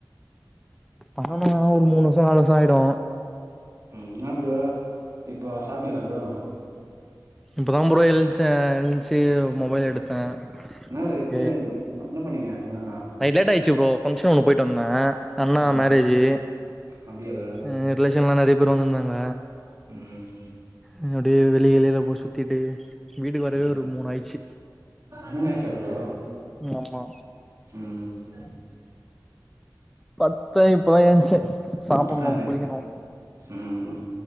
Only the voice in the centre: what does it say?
பண்ணணு ஆனா ஒரு மூண் வர்ஷோ நாலு வர்ஷோ ஆயிடோ
இப்ப தா ப்ரோ எழுச்சே எ ன்ச்சி மொபைல் எடுத்தே
செரி
நைட் லேட் ஆயிச்சு ப்ரோ பங்ஷன் ஒன்னு போய்ட் வந்தே அண்ணா
மேரேஜு
அ ரிலேஷன்லா நெறிய பேரு வந்துந்தாங்க
ம் அப்டே வெளி வெளில போய் சுத்திட்டு வீட்டுக்கு வரவே
ஒரு மூன் ஆய்ச்சி
ம் ஆமா
பத்த இப்பதா ஏன்ச்ச சாப்புன்னு
குளிக்கினு